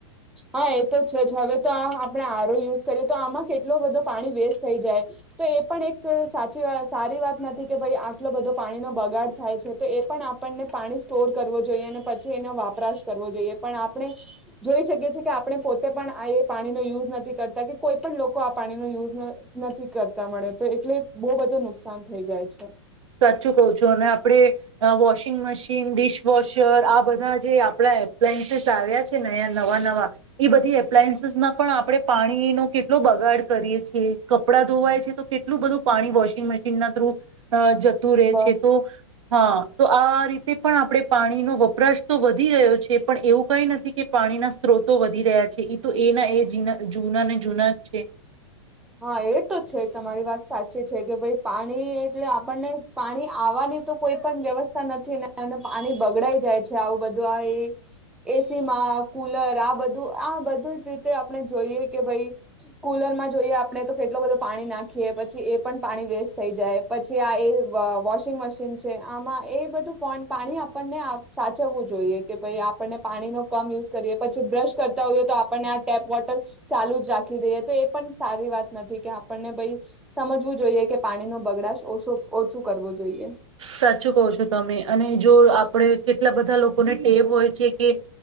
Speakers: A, in the centre; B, on the right.
A: હા એ તો છે જ હવે તો આ આપણે આરો યુઝ કરીએ તો આમાં કેટલો બધો પાણી વેસ્ટ થઈ જાય તો એ પણ એક સાચી સારી વાત નથી કે ભાઈ આટલો બધો પાણીનો બગાડ થાય છે તો એ પણ આપણને પાણી સ્ટોર કરવો જોઈએ અને પછી એનો વપરાશ કરવો જોઈએ પણ આપણે જોઈ શકીએ છીએ કે આપણે પોતે પણ આ એ પાણીનો યુઝ નથી કરતા કે કોઈ પણ લોકો આ પાણીનો યુઝ નથી કરતા મળે તો એટલે બહુ બધું નુકસાન થઈ જાય છે
B: સાચું કહ છો અને આપણે વોશિંગ મશીન ડિશવોશર આ બધા જે આપડા એપ્લાયન્સીસ આવ્યા છે નયા નવા નવા એ બધી એપ્લાયન્સીસમાં પણ આપણે પાણીનો કેટલો બગાડ કરીએ છીએ કપડા ધોવાય છે તો કેટલું બધું પાણી વોશિંગ મશીન ના થ્રુ અ જતું રહે
A: બ
B: છે તો હા તો આ રીતે પણ આપણે પાણીનો વપરાશ તો વધી રહ્યો છે પણ એવું કઈ નથી કે પાણીના સ્ત્રોતો વધી રહ્યા છે તો એના એ જી ના જૂના ને જૂના છે
A: હા એ તો છે તમારી વાત સાચી છે કે ભાઈ પાણી એટલે આપણને પાણી આવવાની તો કોઈ પણ વ્યવસ્થા નથી ને પાણી બગડાઈ જાય છે આવું બધું આ એ એસી માં કુલર આ બધું આ બધું જ રીતે આપણે જોઈએ કે ભાઈ કુલરમાં જોઈએ અપ આપણે તો કેટલોું બધો પાણી નાખીએ પછી એ એ પણ પાણી વેસ્ટ થઈ જાય પછી આ એ વોશિંગ મશીન છે આમાં એ બધું પોઈ પાણી આપણને સાચવવું જોઈએ કે ભાઈ આપણને પાણીનો કમ યુઝ કરીએ પછી બ્રશ કરતા હોઈએ તો આપણને આ ટેપ વોટર ચાલુ જ રાખી દઈએ તો એ પણ સારી વાત નથી કે આપણને ભાઈ સમજવું જોઈએ કે પાણી નો બગડાશ ઓછો ઓછું કરવું જોઈએ
B: સાચું કહ છો તમે અને જો આપડે કેટલા બધા લોકોને ટેવ હોય છે કે